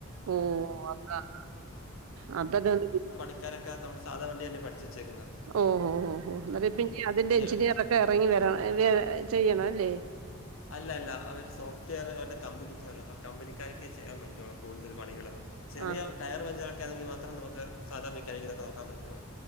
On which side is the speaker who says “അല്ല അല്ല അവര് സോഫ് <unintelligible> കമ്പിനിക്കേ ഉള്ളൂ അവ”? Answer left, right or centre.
Left